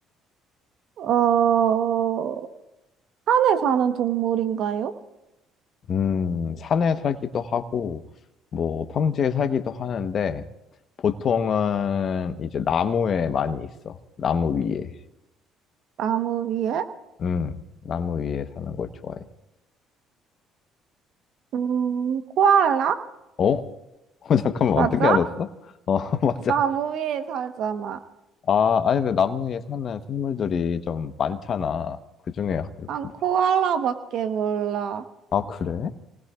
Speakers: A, on the right; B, on the left.
A: 어, 산에 사는 동물인가요?
B: 음, 산에 살기도 하고, 뭐, 평지에 살기도 하는데, 보통은 이제 나무에 많이 있어. 나무 위에.
A: 나무 위에?
B: 음, 나무 위에 사는 걸 좋아해.
A: 음, 코알라?
B: 어? <laughs> 잠깐만,
A: 맞아?
B: 어떻게 알았어? 어, <laughs> 맞아.
A: 나무 위에 살잖아.
B: 아, 아니, 근데 나무 위에 사는 생물들이 좀 많잖아. 그중에 이렇게.
A: 난
B: 뭐-
A: 코알라밖에 몰라.
B: 아, 그래?